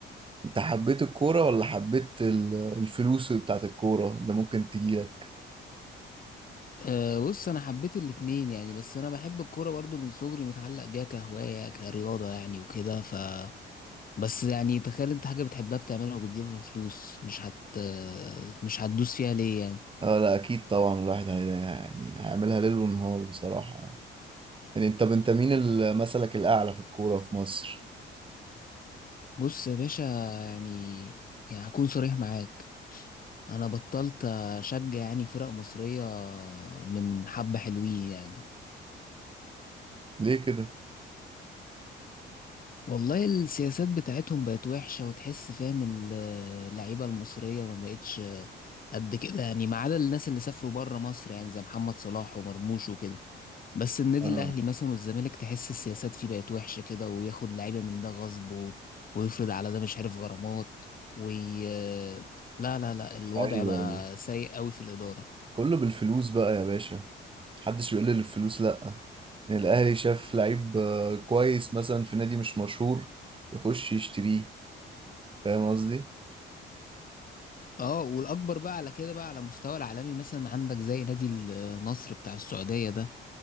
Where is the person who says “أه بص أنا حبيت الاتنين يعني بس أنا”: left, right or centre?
Left